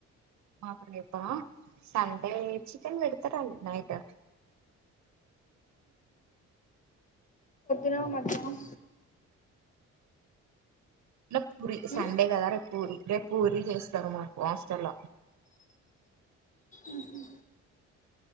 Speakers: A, on the right; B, on the left.
A: మాక్ రేపా సండే చికెన్ పెడుత రండి నైట్
B: న మధ్యాహ్నం.
A: న పూరి సండే
B: ఉమ్
A: కదా, రేపు పూరి రేపు పూరి చేస్తారు మాకు హాస్టల్లో.
B: ఉహు